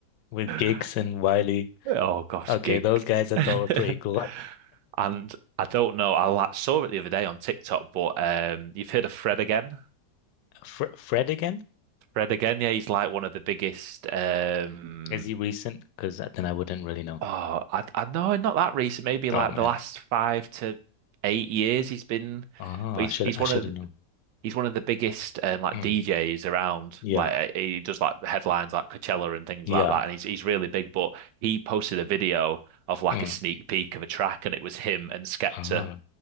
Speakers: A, on the left; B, on the right.
A: With Giggs
B: <laughs>
A: and Wiley.
B: Oh gosh,
A: Okay,
B: gig.
A: those guys I
B: <laughs>
A: thought were pretty cool.
B: And I don't know. I la- saw it the other day on TikTok, but um, you've heard of Fred again?
A: Fr Fred again?
B: Fred again? Yeah, he's like one of the biggest. Um,
A: Is he recent? Because then I wouldn't really know.
B: oh, I I know not that recent. Maybe
A: Oh
B: like
A: man.
B: the last five to eight years, he's been.
A: Ah,
B: But
A: I
B: he's
A: should
B: he's
A: I
B: one
A: should
B: of
A: have known.
B: he's one of the biggest um, like
A: Mm.
B: DJs around.
A: Yeah,
B: Like uh, he does like headlines like Coachella and things
A: yeah.
B: like that, and he's he's really big. But he posted a video of like
A: Mm.
B: a sneak peek of a track, and it was him and Skepta
A: Ah,